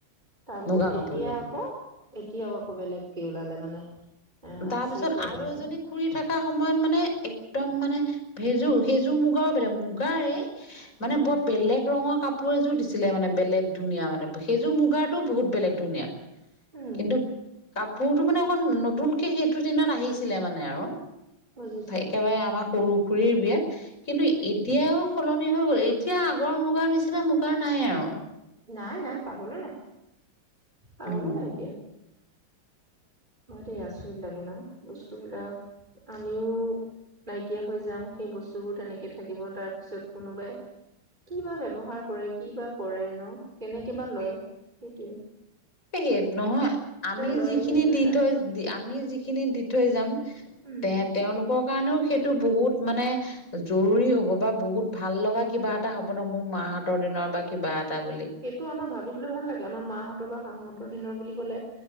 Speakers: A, on the right (about 20°); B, on the left (about 35°).
A: তাৰপিছত
B: মুগা কাপোৰযোৰ।
A: এতিয়া আকৌ এতিয়াও আকৌ বেলেগকে ওলালে মানে। এ
B: তাৰপিছত
A: আচৰিত লাগে
B: আৰু
A: ন
B: এজনী খুৰী থকা সময়ত মানে একদম মানে সেইযোৰ, সেইযোৰ মুগাও বেলেগ, মুগাৰে মানে
A: উম
B: বৰ বেলেগ ৰঙৰ কাপোৰ এযোৰ দিছিলে মানে বেলেগ ধুনীয়া, মানে সেইযোৰ মুগাৰটো বহুত বেলেগ ধুনীয়া।
A: উম
B: কিন্তু কাপোৰটো মানে অকণ নতুনকে সেইটো দিনত আহিছিলে মানে আৰু।
A: বুজিছো
B: একেবাৰে আমাৰ সৰুখুৰীৰ বিয়াত কিন্তু এতিয়াও সলনি হৈ গ'ল, এতিয়া আগৰ মুগাৰ নিচিনা মুগাৰ নাই আৰু।
A: নাই নাই পাবলে নাই, পাবলৈ
B: উম
A: নাই এতিয়া। কি আচৰিত লাগে ন, বস্তুবিলাক আমিও নাইকিয়া হৈ যাম, সেই বস্তুবোৰ তেনেকে থাকিব তাৰ পিছত কোনোবাই কি বা ব্যৱহাৰ কৰে, কি বা কৰে ন, কেনেকে বা লয়, সেইটোৱেই।
B: এ, হে নহয় আমি
A: লয়
B: যিখিনি
A: সেইটো
B: দি
A: এটা
B: থৈ আমি যিখিনি দি থৈ যাম
A: উম
B: তে তেওঁলোকৰ কাৰণেও সেইটো বহুত মানে জৰুৰী হ'ব বা বহুত ভাললগা কিবা এটা হ'ব ন মোৰ মাহঁতৰ দিনৰ বা কিবা এটা বুলি।
A: তো আমাৰ ভাবিব ভাল লাগে আমাৰ মাহঁতৰ বা শাহহঁতৰ দিনৰ বুলি কলে